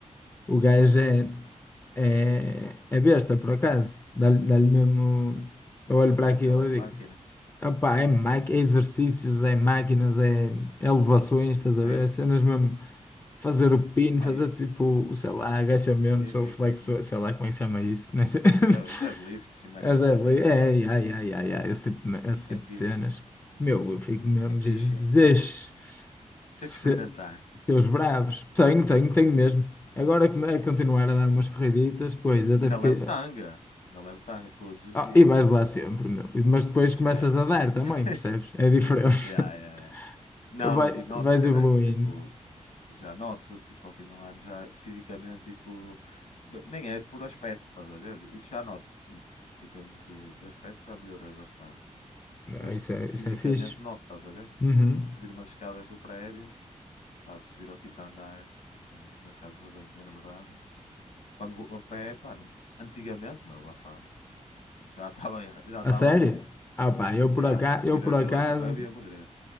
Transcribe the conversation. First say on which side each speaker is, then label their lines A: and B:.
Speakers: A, on the left (about 20°); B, on the left (about 80°).
A: O gajo
B: É?
A: é, é, é besta, por acaso. Dá-lhe dá-lhe mesmo. Eu olho para
B: É
A: aquilo
B: daquelas
A: e
B: máquinas.
A: digo: opá, é, maqui- é exercícios, é máquinas, é é elevações, estás a
B: É?
A: ver? É Cenas mesmo. Fazer o pino,
B: Pá,
A: fazer
B: eu...
A: tipo, sei lá, agachamentos
B: Sim, sim,
A: ou flexões,
B: sim, sim, sim.
A: sei lá como é que se chama isso, nem sei. <laughs>
B: É, os deadlifts e merdas
A: As
B: assim.
A: deadlift,
B: yeah.
A: é, é, é,
B: Opa,
A: é, é, é, é, esse tipo de, esse
B: É
A: tipo
B: fixe.
A: de cenas. Meu, eu fico mesmo,
B: É fixe,
A: Jesus.
B: é.
A: Se...
B: Tens de experimentar.
A: Teus bravos. Tenho, tenho, tenho mesmo. Agora que é continuar a dar umas corriditas, pois até
B: Ainda
A: fiquei.
B: levo tanga. Ainda levo tanga todos os
A: Ah,
B: dias.
A: e vais lá sempre, meu. Mas depois
B: Esquece.
A: começas a dar também,
B: <laughs>
A: percebes? É diferente. <laughs>
B: Yeah, yeah, yeah. Não,
A: Vai,
B: e noto,
A: vais
B: caraca,
A: evoluindo.
B: tipo, já noto, tipo, ao fim do ano, já fisicamente e tudo. Nem é por aspecto, estás a ver? Isso já noto que, que em termos de, de aspecto já melhorei bastante.
A: Ah,
B: Mas
A: Isso é,
B: fisicamente
A: isso é fixe.
B: noto, estás a ver?
A: Uhum.
B: Tipo, subir umas escadas do prédio, pá, de subir ao quinto andar eh, na casa da minha namorada. Quando vou a pé, pá, não- antigamente, meu, abafava. Já estava erra- já
A: A
B: estava
A: sério?
B: mal.
A: Ah, pá, eu
B: E
A: por acaso,
B: ah, se subir
A: eu por
B: aquilo
A: acaso,
B: a correr, eu ia magrer.